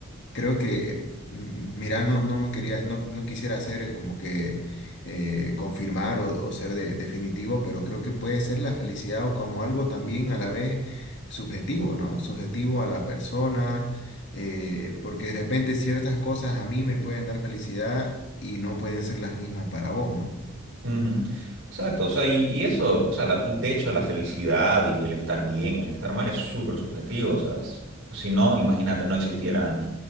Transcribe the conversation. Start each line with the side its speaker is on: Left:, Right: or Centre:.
Left: creo que, mm, mira, no, no quería, no, no quisiera hacer como que eh, confirmar o, o ser de- definitivo, pero creo que puede ser la felicidad o como algo también a la vez subjetivo, ¿no? Subjetivo a la persona, eh, porque de repente ciertas cosas a mí me pueden dar felicidad y no pueden ser las mismas para vos, ¿no?
Right: Ujú. Exacto, o sea, y, y eso, o sea, la- de hecho la felicidad y el estar bien, el estar mal es súper subjetivo, o sea, es- pues, si no, imagínate, no existieran